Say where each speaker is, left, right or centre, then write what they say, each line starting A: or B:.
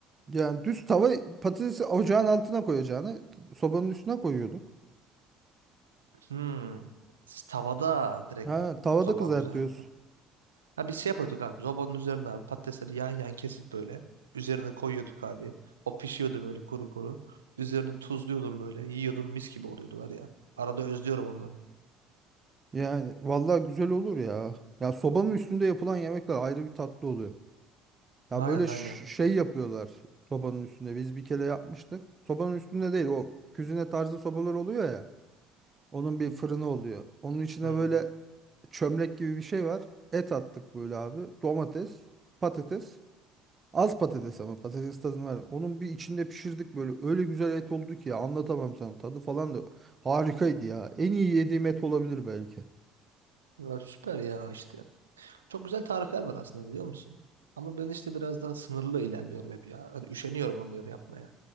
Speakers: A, on the right (about 30°); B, on the right (about 85°).
A: Yani düz tava patatesi ocağın altına koyacağını sobanın üstüne koyuyorduk.
B: Hmm. Siz tavada direkt
A: Ha tavada
B: sobanın
A: kızartıyoruz.
B: üzerine. Ha biz şey yapıyorduk abi. Zobanın üzerine abi patatesleri yan yan kesip böyle. Üzerine koyuyorduk abi. O pişiyordu böyle kuru kuru. Üzerine tuzluyordum böyle. Yiyordum mis gibi oluyordu var ya. Arada özlüyorum onları.
A: Yani vallahi güzel olur ya. Ya sobanın üstünde yapılan yemekler ayrı bir tatlı oluyor. Ya
B: Aynen
A: böyle ş-
B: aynen.
A: şey yapıyorlar sobanın üstünde. Biz bir kere yapmıştık. Sobanın üstünde değil o küzine tarzı sobalar oluyor ya. Onun bir fırını oluyor. Onun içine
B: Hmm.
A: böyle çömlek gibi bir şey var. Et attık böyle abi. Domates, patates. Az patates ama patates tadını var. Onun bir içinde pişirdik böyle. Öyle güzel et oldu ki ya anlatamam sana. Tadı falan da harikaydı ya. En iyi yediğim et olabilir belki.
B: Ya süper ya işte. Çok güzel tarifler var aslında biliyor musun? Ama ben işte biraz daha sınırlı ilerliyorum hep ya. Hani üşeniyorum onları yapmaya.